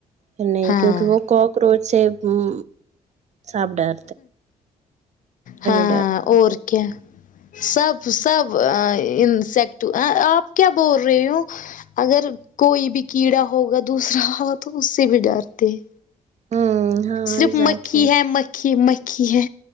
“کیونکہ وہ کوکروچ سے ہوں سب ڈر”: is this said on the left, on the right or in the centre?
Right